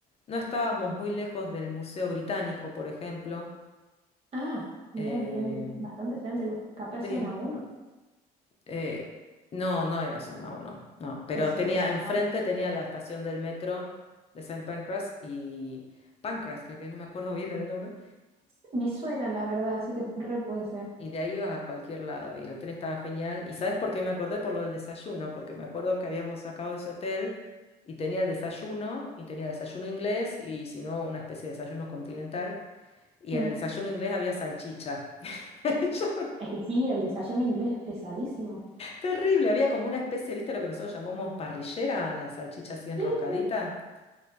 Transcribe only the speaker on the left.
No estábamos muy lejos del Museo Británico, por ejemplo.
Eh,
sí,
eh, no, no era zona uno no. Pero
tenía,
enfrente
tenía la estación del metro de San Pancras y Pancras, creo que es, no me acuerdo bien el nombre.
Y de ahí ibas a cualquier lado. Y el hotel estaba genial. ¿Y sabes por qué me acordé? Por lo del desayuno, porque me acuerdo que habíamos sacado ese hotel y tenía el desayuno, y tenía desayuno inglés, y si no, una especie de desayuno continental. Y
en el desayuno inglés había salchicha. <laughs> Yo-
Terrible, había como una especie, ¿viste lo que nosotros llamamos parrillera? La salchicha así enroscadita.